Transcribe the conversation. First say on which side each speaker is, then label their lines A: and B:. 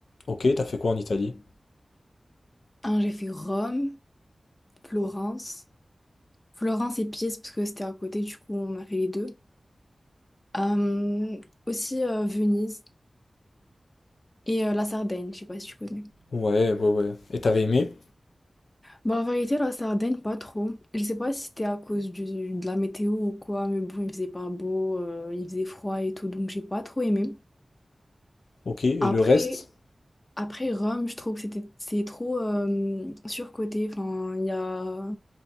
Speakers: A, on the left; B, on the left.
A: ok, t'as fait quoi en Italie?
B: Un, j'ai fait Rome, Florence. Florence et Pise, parce que c'était à côté, du coup, on a fait les deux. Euh, aussi euh, Venise et euh, la Sardaigne, je sais pas si tu connais.
A: Ouais, ouais, ouais. Et t'avais aimé?
B: Bah, en vérité, la Sardaigne, pas trop. Je sais pas si c'était à cause du- de la météo ou quoi, mais bon, il faisait pas beau, euh, il faisait froid et tout, donc j'ai pas trop aimé.
A: Ok, et
B: Après,
A: le reste?
B: après Rome, je trouve que c'était, c'est trop euh, surcoté. Enfin, il y a...